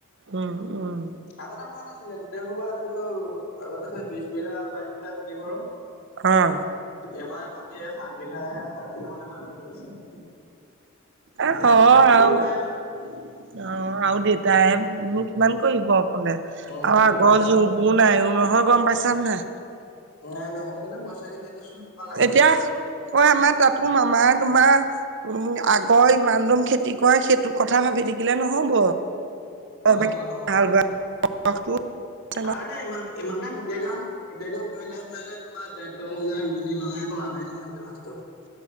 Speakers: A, on the right (about 60°); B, on the left (about 85°).
A: উম উম
B: আগতে ভাল আছিলে, গোটেইসোপা আছিলোঁ আগতে! সেই বিশ বিঘা, বাইশ বিঘা খেতি কৰোঁ।
A: অ'।
B: এইবাৰ মাটি সাত বিঘাহে! সাত বিঘা মানে কৰিম বুলি কৈছে।
A: এ হয়
B: নাই নহয় ভন্টিও
A: আৰু
B: নাই
A: অ'। আৰু দেতাইনো কিমান কৰিব? ক'লে
B: অ',
A: আৰু
B: দেউতাই
A: আগৰ
B: অকলে
A: যুগবোৰ
B: নোৱাৰে।
A: নাইও নহয় গম পাইছানে নে নাই।
B: নাই নাই সেইটো কাৰণে পইচাকে দি দিছো লাগিলে
A: এতিয়া
B: দিব লাগিব পইচা।
A: কয় আমাৰ তাতো মামাৰ তোমাৰ উম, আগৰ ইমান ডোম খেতি কৰা, সেইটো কথা ভাবি থাকিলে নহ'ব।
B: নহ'ব
A: হাল
B: নহ'ব এইটো।
A: বোৱা বখটো আছে নহয়
B: আৰু এটা ইমান ইমানকে খেতিৰ কাম খেতিয়কে কৰি লাভ নাই নহয়, তোমাৰ ট্ৰেক্টৰ লগাই ৰোৱনি লগাই একো লাভেই নহয়গে লাষ্টত। <inaudible>